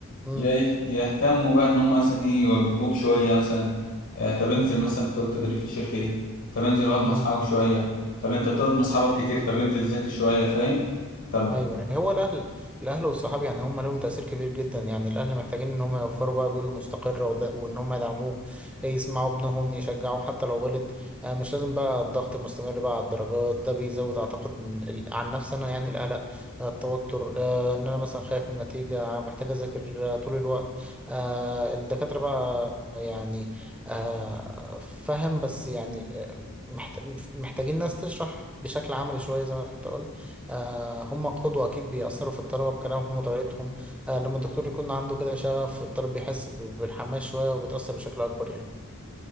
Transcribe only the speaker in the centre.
مم.
مم.
مم.
ايوه هو الاهل الاهل والصحاب يعني هم لهم تاثير كبير جدا يعني الاهل محتاجين ان هم يوفروا بقى بيئه مستقره وده وان هم يدعموك يسمعوا ابنهم يشجعوه حتى لو غلط آه، مش لازم بقى الضغط المستمر بقى على الدرجات ده بيزود اعتقد من ال- عن نفسي انا يعني القلق آه، التوتر آه، ان انا مثلا خايف من النتيجه آه، محتاج اذاكر آه، طول الوقت آه، الدكاتره بقى يعني آه، فهم بس يعني آه، محت- محتاجين ناس تشرح بشكل عملي شويه زي ما انت قلت آه، هم قدوة أكيد بيأثروا في الطلبة بكلامهم وطريقتهم آه، لما الدكتور يكون عنده كده شغف الطالب بيحس ب- بالحماس شوية وبيتأثر بشكل أكبر يعني